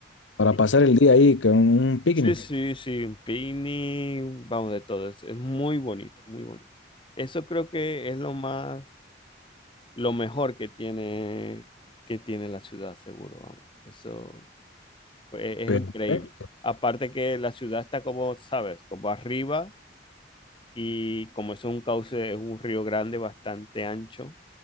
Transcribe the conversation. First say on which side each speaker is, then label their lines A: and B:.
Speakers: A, on the left (about 80°); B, on the left (about 25°).
A: Para
B: Y-
A: pasar el día ahí con un picnic.
B: Sí, sí, sí, un picnic, vamos, de todo. Es, es muy bonito, muy bonito. Eso creo que es lo más, lo mejor que tiene, que tiene la ciudad, seguro, vamos. Eso. Es, es
A: Perfecto.
B: increíble. Aparte que la ciudad está como, ¿sabes? Como arriba y como es un cauce, es un río grande bastante ancho.